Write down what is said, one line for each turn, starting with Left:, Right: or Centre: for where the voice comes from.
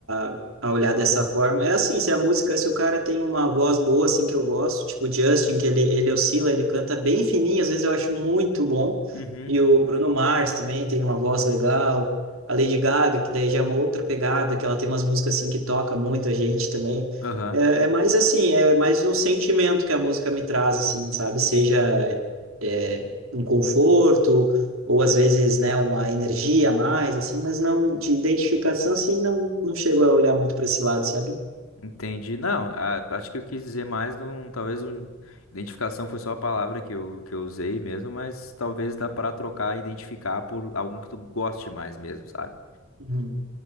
Right: a, a olhar dessa forma. É assim, se a música, se o cara tem uma voz boa assim que eu gosto, tipo o Justin, que ele ele oscila, ele canta bem fininho, às vezes eu acho muito bom.
Left: Uhum.
Right: E o Bruno Mars também tem uma voz legal. A Lady Gaga, que daí já é uma outra pegada, que ela tem umas músicas assim que toca muita gente também.
Left: Aham.
Right: É, é mais assim, é mais o sentimento que a música me traz, assim, sabe? Seja é, um conforto, ou às vezes, né, uma energia a mais, assim, mas não, de identificação, assim, não, não chego a olhar muito para esse lado, sabe?
Left: Entendi. Não, a- acho que eu quis dizer mais, num, talvez um, identificação foi só a palavra que eu, que eu usei mesmo, mas talvez dá pra trocar, identificar por algum que tu goste mais mesmo, sabe?
Right: Uhum.